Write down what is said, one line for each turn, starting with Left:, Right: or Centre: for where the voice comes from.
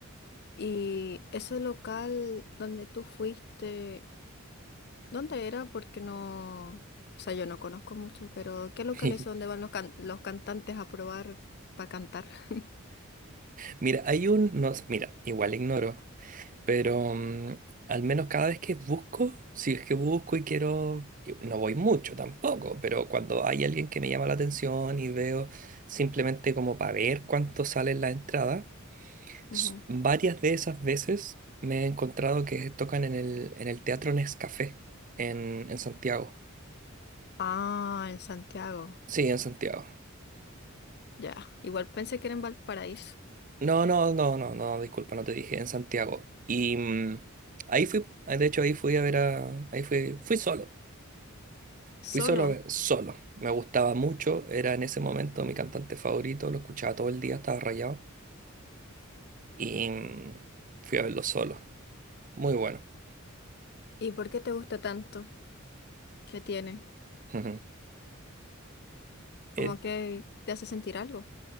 Left: ¿Y ese local donde tú fuiste? ¿Dónde era? Porque no, o sea, yo no conozco mucho, pero ¿qué locales
Right: <laughs>
Left: son donde van los, can- los cantantes a probar para cantar? <laughs>
Right: Mira, hay un... No, mira, igual ignoro, pero mm, al menos cada vez que busco, si es que busco y quiero... y No voy mucho tampoco, pero cuando hay alguien que me llama la atención y veo simplemente como para ver cuánto sale en la entrada.
Left: Ujú.
Right: S- Varias de esas veces me he encontrado que tocan en el, en el Teatro Nescafé en, en Santiago.
Left: Ah, en Santiago.
Right: Sí, en Santiago.
Left: Ya, igual pensé que era en Valparaíso.
Right: No, no, no, no, no, disculpa, no te dije, en Santiago. Y mm, ahí fui, ah, de hecho ahí fui a ver a, ahí fui, fui solo,
Left: Solo.
Right: fui solo a ver, solo. Me gustaba mucho, era en ese momento mi cantante favorito, lo escuchaba todo el día, estaba rayado. Y mm, fui a verlo solo, muy bueno.
Left: ¿Y por qué te gusta tanto? ¿Qué tiene?
Right: <laughs> Eh,
Left: ¿Como que te hace sentir algo?